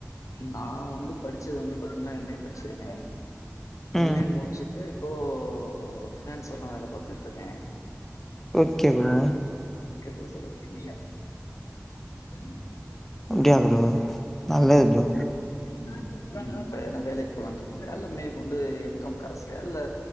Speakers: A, on the left; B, in the centre.
A: நா வந்து படிச்சது வந்து பாத்தீங்ன்னா எம் ஏ படிச்சிருக்கே எம்
B: ம்
A: ஏ முடிச்சு ட்டு இப்போ ஃபினாண்ஸ்ல தா வேல பாத்துக்கிட்ருக்கே
B: okay bro
A: okay bro okay ம் ம்
B: அப்டியா ப்ரோ நல்லது ப்ரோ
A: ம் இப்ப எதனா வேலைக்கு போலான் இருக்கீங்களா இல்ல மேற்கொண்டு எம். காம் கரஸ்லயா இல்ல